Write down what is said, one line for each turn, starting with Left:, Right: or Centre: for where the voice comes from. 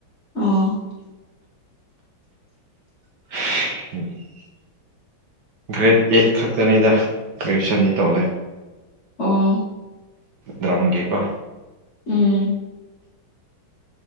Left: ꯑꯣ
Right: <unintelligible> ꯒ꯭ꯔꯦꯗ ꯑꯩꯠ ꯈꯛꯇꯅꯤꯗ ꯭ꯔꯦꯖꯦꯁꯟꯗꯤ ꯇꯧꯔꯦ
Left: ꯑꯣ
Right: ꯗ꯭ꯔꯝꯒꯤ ꯀꯣ
Left: ꯎꯝ